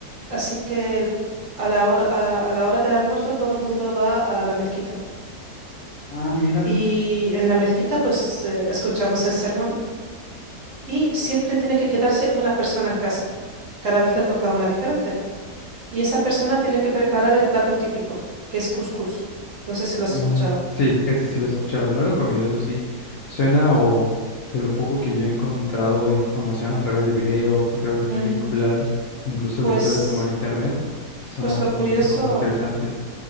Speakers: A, on the right; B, on the left.
A: Así que a la hora, a, a la hora del almuerzo todo el mundo va a la mezquita.
B: Ah, mira,
A: Y en la mezquita pues eh, escuchamos el sermón y siempre tiene que quedarse una persona en casa. Cada vez le toca una diferente. Y esa persona tiene que preparar el plato típico, que es cuscús. No sé si lo has
B: Ajá.
A: escuchado.
B: Sí, ese sí lo he escuchado. No lo he comido, eso sí. Suena o de lo poco que yo he encontrado de información a través de videos, a través de
A: Ujú.
B: películas, incluso
A: Pues,
B: lecturas como en internet, suena
A: pues lo
B: un
A: curioso,
B: poquito como interesante.